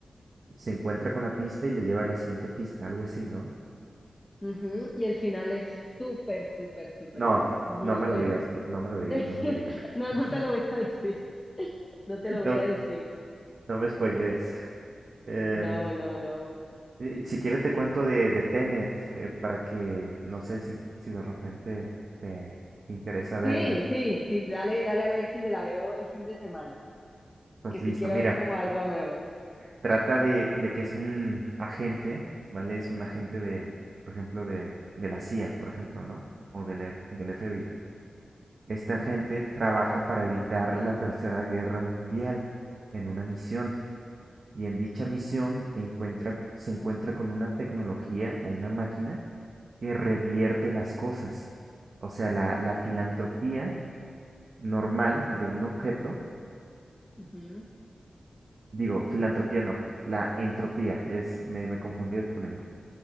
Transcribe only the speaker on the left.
Ujú, Y el final es súper, súper, súper
bueno, muy
bueno.
<laughs>
No,
no te lo voy a decir, no te lo voy
a decir.
No, no, no.
Sí, sí, sí, dale, dale a ver si me la veo el fin de semana, porque
sí quiero
ver como algo nuevo.
Ujú,